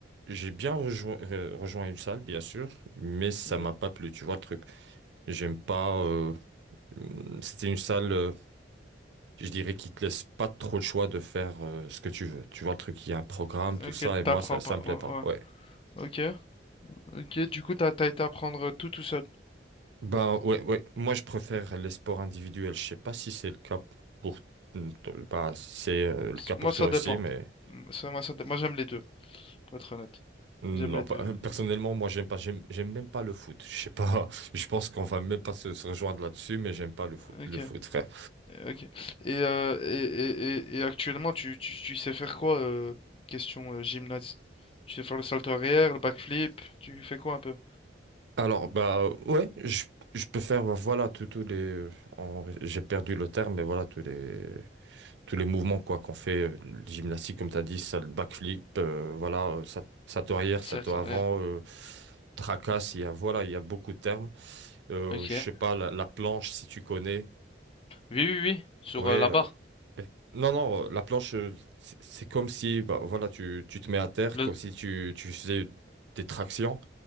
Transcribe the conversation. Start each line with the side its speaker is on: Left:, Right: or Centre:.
Right: j'ai bien rejoint, euh, rejoint une salle, bien sûr, mais ça
Left: mhm,
Right: m'a pas plu, tu vois le truc. J'aime pas, euh, hum, c'était une salle, euh, je dirais, qui te laisse pas trop le choix de faire, euh, ce que tu veux. Tu vois le truc, il y a un programme, tout
Left: ok,
Right: ça, et moi,
Left: t'apprends
Right: ça, ça
Left: pas,
Right: me plaît
Left: ouais,
Right: pas,
Left: ouais.
Right: ouais.
Left: Ok, ok, du coup t'as, t'as été apprendre tout tout seul.
Right: Ben ouais, ouais. Moi, je préfère les sports individuels. Je sais pas si c'est le cas pour bah, c'est euh, le
Left: S-
Right: cas pour
Left: Moi ça
Right: toi aussi,
Left: dépend.
Right: mais
Left: Mm, Ça, moi ça dé- moi j'aime les deux, pour être honnête.
Right: non,
Left: J'aime les
Right: pas-
Left: deux.
Right: euh, personnellement, moi, j'aime pas, j'aime j'aime même pas le foot. Je sais pas. <laughs> Je pense qu'on va même pas se, se rejoindre là-dessus, mais j'aime pas le foot,
Left: Ok,
Right: le foot, frère.
Left: ok. Et, euh, et, et, et- et actuellement tu, tu, tu sais faire quoi, euh, question euh, gymnase? Tu sais faire le salto arrière, le backflip, tu fais quoi un peu?
Right: Alors, bah ouais, je, je peux faire, bah, voilà, tous tous les. en- J'ai perdu le terme, mais voilà, tous les. tous les mouvements quoi qu'on fait, euh, le gymnastique comme tu as dit, ça, le backflip, euh, voilà, euh, ça, ça te arrière, ça
Left: Ça,
Right: te
Left: ça
Right: avant,
Left: a
Right: euh, tracasse, il y a, voilà, il y a beaucoup de termes. Euh,
Left: Ok.
Right: je sais pas, la, la planche, si tu connais,
Left: Oui, oui, oui, sur
Right: ouais.
Left: euh,
Right: euh,
Left: là-bas.
Right: eh, non, non, euh, la planche, euh, c'est c'est comme si, bah, voilà, tu, tu te mets à terre,
Left: Le...
Right: comme si tu, tu faisais des tractions,